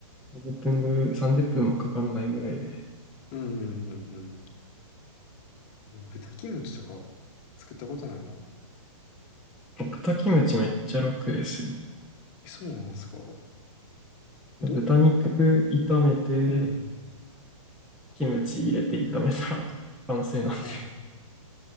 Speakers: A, in the centre; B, on the left (about 25°).
A: 30分ぐ、30分もかかんないぐらいで。
B: うんうんうんうん。え豚キムチとか作ったことないな。
A: 豚キムチめっちゃ楽ですよ。
B: え、そうなんですかど、
A: 豚肉炒めて、
B: うん。
A: キムチ入れて炒めたら
B: ね
A: <laughs> 完成なんで。
B: おー